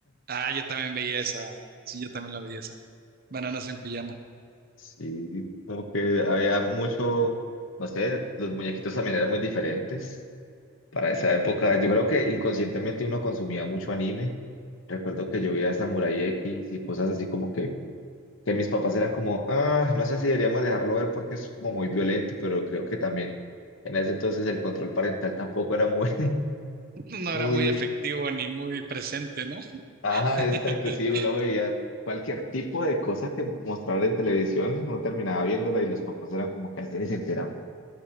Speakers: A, on the right; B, on the left.
A: Ah, yo también veía esa, sí, yo también la veía esa. Bananas en pijama.
B: Sí, como que había mucho, no sé, los muñequitos también eran muy diferentes para esa época. Yo creo que inconscientemente uno consumía mucho anime. Recuerdo que yo veía Samurai X y cosas así como que, que mis papás eran como, ah, no sé si deberíamos dejarlo ver porque es como muy violento, pero creo que también en ese entonces el control parental tampoco era muy... <laughs>
A: <laughs> No
B: Uy,
A: era muy efectivo ni muy presente, ¿no?
B: ajá,
A: <laughs>
B: exacto, sí, uno veía cualquier tipo de cosa que mostraban en televisión, uno terminaba viéndola y los papás eran como que así ni se enteraban.